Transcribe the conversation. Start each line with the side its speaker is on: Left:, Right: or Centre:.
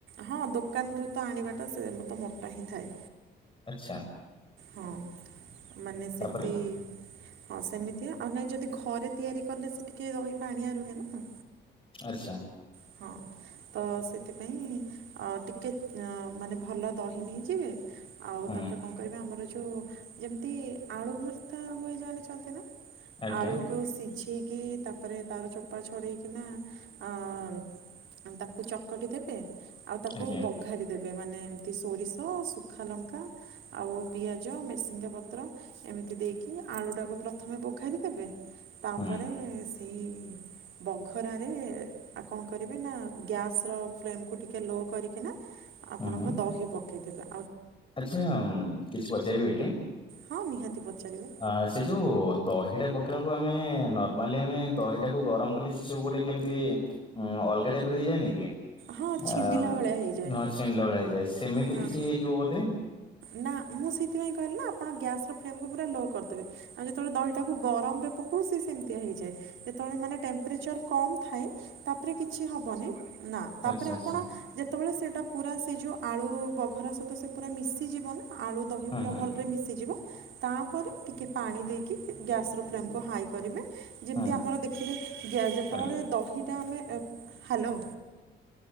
Right: ହଁ ଦୋକାନରୁୁ ତ ଆଣିବା ତ ମୋଟା ହିଁଥାଏ।
Left: ଆଚ୍ଛା,
Right: ହଁ ମାନେ ସେମିତି
Left: ତାପରେ?
Right: ହଁ ସେମିତିଆ ଆଉ ନାଇଁ ଯଦି ଘରେ ତିଆରି କଲେ ସେ ଟିକେ ରହି ପାଣିଆ ରୁହେ ନା
Left: ଆଚ୍ଛା।
Right: ହଁ ତ ସେଥିପାଇଁ ଟିକେ ମାନେ ଭଲ ଦହି ନେଇଯିବେ ଆଉ
Left: ହୁଁ,
Right: ତାପରେ କଣ କରିବା ଆମର ଯୋଉ ଯେମିତି ଆଳୁ ଭର୍ତ୍ତା ହୁଏ ଜାଣିଛନ୍ତି ନା
Left: ଆଜ୍ଞା,
Right: ଆଳୁକୁ ସିଝେଇକି ତାପରେ ତାର ଚୋପା ଛଡେଇକିନା ଅ ଆ ତାକୁ ଚକଟି ଦେବେ ଆଉ ତାକୁ
Left: ଆଜ୍ଞା,
Right: ବଘାରି ଦେବେ ମାନେ ଏମିତି ସୋରିଷ ଶୁଖା ଲଙ୍କା ଆଉ ପିଆଜ ମେସିଙ୍ଗା ପତ୍ର ଏମିତି ଦେଇକି ଆଳୁଟାକୁ ପ୍ରଥମେ ବଘାରି ଦେବେ ତାପରେ
Left: ହୁଁ,
Right: ସେଇ ବଘରାରେ କଣ କରିବେ ନା ଗ୍ୟାସ ର ଫ୍ଲେମକୁୁ ଟିକେ ଲୋ କରିକି ନା ଆପଣଙ୍କ
Left: ହୁଁ, ହୁଁ।
Right: ଦହି ପକେଇଦେବା।
Left: ଆଚ୍ଛା କିଛି ପଚାରିବି ଏଇଠି
Right: ହଁ ନିହାତି ପଚାରିବେ
Left: ଅ ସେ ଯୋଉ ଦହିଟା ପକେଇବାକୁ ଆ ଆମେ ନର୍ମାଲି ଆମେ ଦହିଟାକୁ ଗରମ କଲେ ସେ ସବୁ ଗୋଟେ କେମିତି ଅଲଗା ଟାଇପ ର ହେଇଯାଏନି କି
Right: ହଁ ଛିଣ୍ଡିଲା
Left: ଆ
Right: ଭଳିଆ ହେଇଯାଏ
Left: ହଁ ଛିନା ଭଳିଆ ହେଇଯାଏ। ସେମିତି
Right: ହଁ
Left: କିଛି ହେଇଯିବ
Right: ନା ମୁଁ ସେଥିପାଇଁ କହିଲା ଆପଣ ଗ୍ୟାସ ର ଫକୁ ପୁର ଲୋ କରିଦେବେ ଆ ଯେତେବେଳେ ଦହିଟାକୁ ଗରମରେ ପଉ ସେ ସେମିତି ହେଇଯାଏ ଯେତଳେ ମାନେମ୍ଚର କମ ଥାଏ। ତାପରେ କିଛି ହବନି ନା ତାପରେ
Left: ଆଚ୍ଛା ଆଚ୍ଛା
Right: ଆପଣ ଯେତେବେଳେ ସେଇଟା ପୁରା ସେ ଯୋଉ ଆଳୁ ଗଘର ସହିତ ସେ ପୁରା ମିଶ ଜୀବନା ଆଳୁ ଦହି
Left: ହୁଁ
Right: ପୁରା
Left: ହୁଁ
Right: ଭଲରେ ମିଶିଯିବ। ତାପରେ ଟିକେ ପାଣି ଦେଇକି ଗ୍ୟାସ ର ଫ୍ଲେମକୁୁ ହାଇ କରିବେ। ଯେମିତି
Left: ହୁଁ
Right: ଆମର ଦେଖିବେ ଯେତେବେଳେ
Left: ହ୍ୟାଲୋ
Right: ଦହି ଆମେ ହ୍ୟାଲୋ